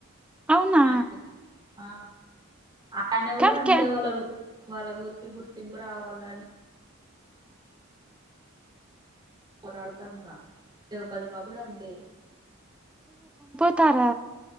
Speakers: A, in the centre; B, on the right.
A: అవునా
B: అదే ఆ ఆయన కూడా
A: కానీ
B: అంతే
A: క్యా
B: వాళ్ళ ఉ వాళ్ళ ఊరికి గుర్తింపు రావల్ల అని పోరాడుతారు ఇంకా జగపతి బాబు కూడా అంతే
A: ఇత్తార